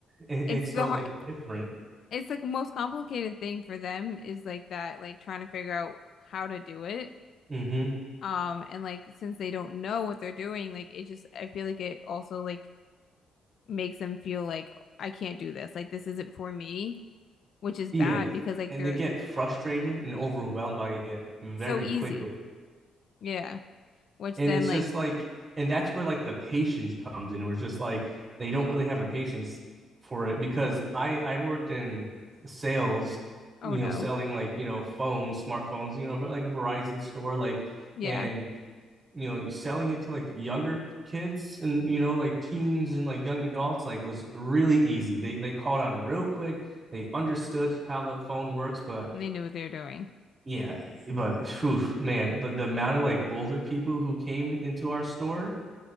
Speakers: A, on the right (about 30°); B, on the left (about 60°).
A: it-
B: It's
A: it's so
B: the hard
A: like different.
B: It's like the most complicated thing for them is like that, like trying to figure out how to do it.
A: hmm
B: Um, and like since they don't know what they're doing, like it just I feel like it also like makes them feel like I can't do this. Like this isn't for me, which is
A: Yeah.
B: bad because like
A: And
B: they're
A: they get frustrated and overwhelmed by it very
B: so easy.
A: quickly.
B: Yeah. Which
A: And
B: then
A: it's
B: like,
A: just like and that's where like the patience comes in. Where it's just like they don't really have a patience for it because I I worked in sales,
B: oh
A: you
B: no.
A: know, selling like, you know, phones, smartphones, you know, like Verizon store, like
B: Yeah.
A: and you know selling it to like younger kids and you know like teens and like young adults like was really easy they they caught on real quick they understood how the phone works but
B: And they knew what they were doing.
A: yeah but oof, man the, the amount of like older people who came into our store